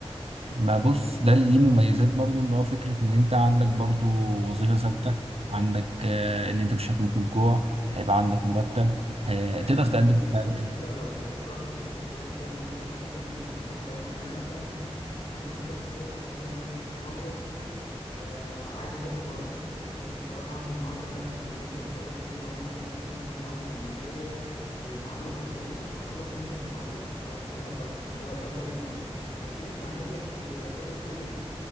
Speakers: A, on the right; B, on the left.
A: ما بص ده اللي ليه مميزات برضو ان هو فكرة ان انت عندك برضو وظيفة ثابتة عندك آه، ان انت مش هتموت من الجوع هيبقى عندك مرتب ه-
B: ماشي
A: تقدر
B: ماشي
A: تقدم استقالتك
B: بس انت لو فكرت في تفكيرات تانية يعني انت مش حاطط لك مثلا خطط تانية يعني انا مثلا عندي خطط كتيرة الصراحة ان انا مثلا هخلص آه عايز اسافر بره عايز الصراحة اعمل معادلة انا في كليتي هخلص في معادلة عندنا كده اسمها المعادلة الامريكية ومعادلة بريطانية اخلص مثلا معادلة اروح طالع بره ده ده طريق مثلا اكيد انت عامل لك آه، كذا طريق